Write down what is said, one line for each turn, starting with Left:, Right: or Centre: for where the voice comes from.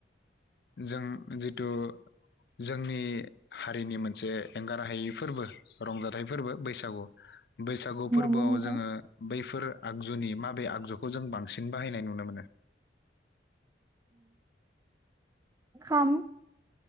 Left: जों जिथु जोंनि हारिनि मोनसे एंगाराहायै फोरबो रंजाथाइ फोरबो बैसागु बैसागु फोरबोआव
Right: नंगौ नोंथां
Left: जोङो बैफोर आगजुनि माबे आगजुखौ जों बांसिन बाहायनाय नुनो मोनो?
Right: खाम,